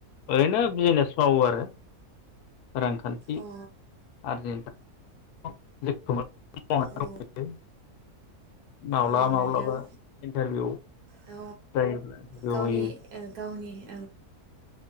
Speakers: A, on the left (about 85°); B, on the right (about 85°).
A: ओरैनो बिजिनेस मावो आरो। रांखान्थि
B: अ
A: आरजि <unintelligible>
B: औ
A: <unintelligible> माब्लाबा
B: औ
A: माब्लाबा
B: नोंथां
A: इन्टारभिउ
B: औ
A: जायोब्ला इन्टारभिउ
B: गावनि
A: होयो।
B: गावनि ओ।